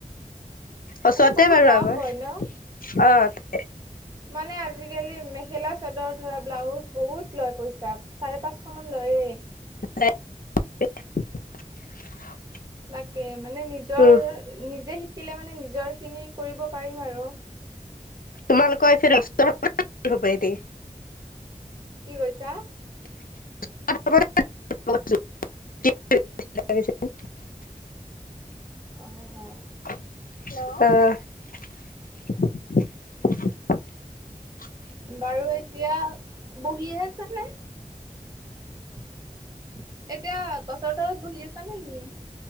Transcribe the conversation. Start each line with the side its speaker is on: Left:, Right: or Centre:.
Left: ওচতে
Right: মানে বহুত
Left: বাৰু
Right: লাভ
Left: আমাৰ
Right: হয় ন?
Left: অ।
Right: মানে আজিকালি মেখেলা চাদৰ ধৰা ব্লাউজ বহুত লয় পইচা চাৰে পাঁচশ মান লয়েই।
Left: <unintelligible>
Right: তাকে মানে নিজৰ
Left: উম,
Right: নিজে শি- শিকিলে মানে নিজৰখিনি কৰিব পাৰিম আৰু।
Left: তোমালোকৰ এইফিস হব পায়ি থি।
Right: কি কৰিছা?
Left: <unintelligible> <unintelligible>
Right: হয় হয়।
Left: অহ। <unintelligible>
Right: বাৰু এতিয়া বহিয়ে আছা নে? এতিয়া গছৰ তলত বহি আছা নেকি।